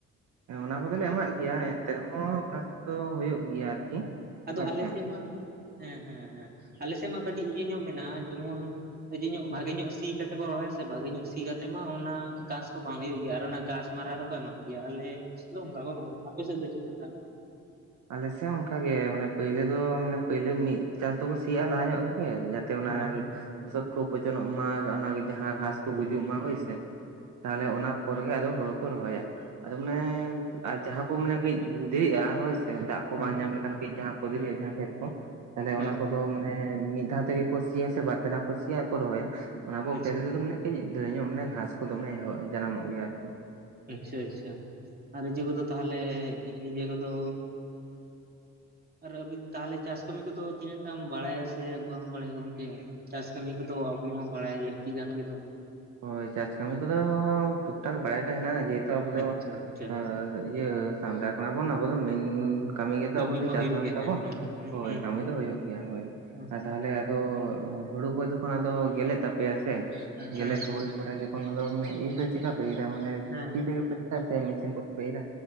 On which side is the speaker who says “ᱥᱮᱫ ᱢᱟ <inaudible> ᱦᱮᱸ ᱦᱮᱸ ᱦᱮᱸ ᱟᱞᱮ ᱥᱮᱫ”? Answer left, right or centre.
Right